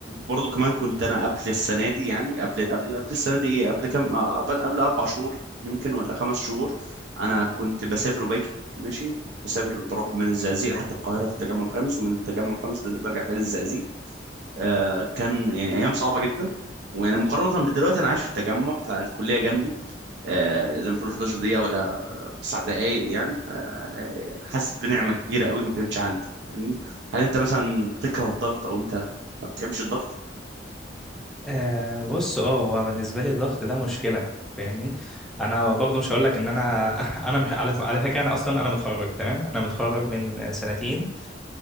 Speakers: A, on the right; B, in the centre.
A: برضه كمان كنت انا قبل السنه دي يعني قبل قبل قبل السنه دي ايه قبل كام آه، آه، قبل قبل اربع شهور يمكن ولا خمس شهور انا كنت بسافر وباجي ماشي كنت بسافر بروح من الزقازيق لحد القاهره في التجمع الخامس ومن التجمع الخامس بز- برجع تاني الزقازيق آه كان يعني ايام صعبه جدا ويعني مقارنه بدلوقتي انا عايش في التجمع فالكليه جنبي آه، زي ما تقول 11 دقيقة ولا 9 دقايق يعني فحاسس بنعمة كبيرة قوي ما كانتش عندي فاهمني هل انت مثلا بتكره الضغط او انت ما بتحبش الضغط
B: آه بص اه هو بالنسبه لي الضغط ده مشكله فاهمني انا برضه مش هقول لك ان انا <laughs> انا مح- على ف- على فكره انا اصلا انا متخرج تمام انا متخرج من سنتين